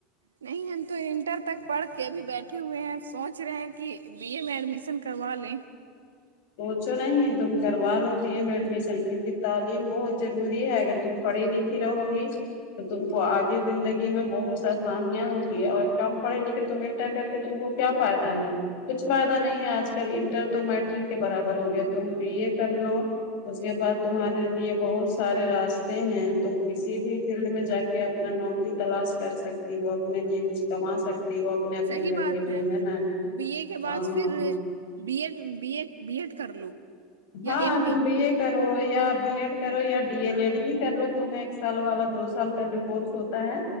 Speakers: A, on the right; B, on the left.
A: نہیں ہم تو انٹر تک پڑھ کے ابھی بیٹھے ہوئے ہیں سوچ رہے ہیں کہ بی اے میں ایڈمیشن کروا لیں
B: سوچو نہیں تم کروا لو بی اے میں ایڈمیشن کیونکہ تعلیم بہت ضروری ہے اگر تم پڑھی لکھی رہو گی تو تم کو آگے زندگی میں بہت آسانیاں ہوں گی اور کم پڑھے لکھے تم انٹر کر کے تم کو کیا فائدہ ہے کچھ فائدہ نہیں ہے آج کل انٹر تو میٹ رک کے برابر ہو گیا تم بی اے کر لو اس کے بعد تمہارے لیے بہت سارے راستے ہیں تم کسی بھی فیلڈ میں جا کے کہ اپنا نوکری تلاش کر سکتی ہو اپنے لیے کچھ کما سکتی ہو اپنے اپنے
A: صحیح
B: گھر
A: بات
B: کے لیے
A: ہے
B: نا
A: بی اے کے بعد
B: ہاں
A: پھر
B: ہاں
A: B Ed B Ed B Ed کر لو
B: ہاں
A: یا ایم
B: تم
A: اے
B: بی ایڈ کرو یا بی ایڈ کرو یا ڈی ایل ایڈ ہی کر لو تم ایک سال والا دو سال کا جو کورس ہوتا ہے